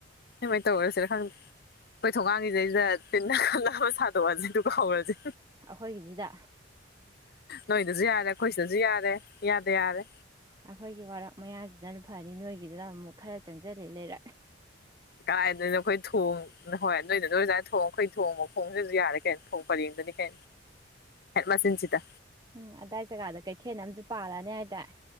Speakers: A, on the left; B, on the right.
A: ꯁꯨꯃꯥꯏꯅ ꯇꯧꯔꯁꯤꯔ ꯈꯪꯗꯦ ꯑꯩꯈꯣꯏ ꯊꯣꯡꯒꯥꯡꯒꯤꯗꯩꯗ ꯑꯈꯣꯢ ꯅꯥꯟꯅ ꯋꯥꯔꯤ ꯁꯥꯗꯣꯛꯑꯁꯤ ꯑꯗꯨꯒ ꯍꯧꯔꯁꯤ
B: ꯑꯩꯈꯣꯏꯒꯤꯖꯤꯗ
A: ꯅꯣꯏꯗꯁꯨ ꯌꯥꯔꯦ ꯑꯩꯈꯣꯏ ꯁꯤꯗꯁꯨ ꯌꯥꯔꯦ ꯏꯌꯥꯗ ꯌꯥꯔꯦ
B: ꯑꯩꯈꯣꯏꯒꯤ ꯋꯥꯔꯛ ꯃꯌꯥꯁꯤꯗꯅ ꯐꯅꯤ ꯅꯣꯏꯒꯤꯗꯨꯅ ꯑꯃꯨꯛ ꯈꯔ ꯆꯪꯖꯜꯂꯦ ꯂꯩꯔꯛ
A: ꯀꯥꯔꯥꯏꯗꯩꯅꯣ ꯑꯩꯈꯣꯏ ꯊꯣꯡ ꯍꯣꯏ ꯅꯣꯏꯗꯣ ꯅꯣꯏ ꯑꯗꯥꯏꯒꯤ ꯊꯣꯡ ꯑꯩꯈꯣꯏ ꯊꯣꯡ ꯃꯈꯣꯡꯁꯤꯗꯁꯨ ꯌꯥꯔꯦ ꯀꯩꯅ ꯊꯣꯡ ꯄꯔꯦꯡꯗꯨ ꯍꯦ ꯀꯩꯅꯣ ꯍꯦꯛ ꯃꯥꯆꯤꯟꯁꯤꯗ
B: ꯎꯝ ꯑꯗꯥꯏ ꯖꯒꯥꯗ ꯀꯩꯊꯦꯟ ꯑꯃꯁꯨ ꯄꯥꯜꯂꯅꯦ ꯍꯥꯏꯗꯥꯏ